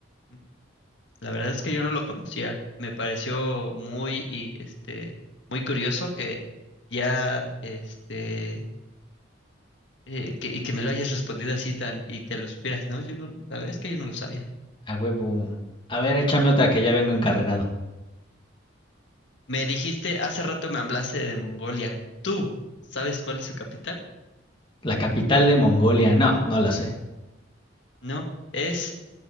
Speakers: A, on the left; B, on the left.
A: Mm, La verdad es que yo no lo conocía. Me pareció muy y este muy curioso que ya este eh, que, y que me lo hayas respondido así tan y te lo supieras, ¿no? Yo no, la verdad es que yo no lo sabía.
B: A huevo. A ver, échame otra que ya vengo encarrerado.
A: Me dijiste, hace rato me hablaste de Mongolia. ¿Tú sabes cuál es su capital?
B: La capital de Mongolia. No, no la sé.
A: No, es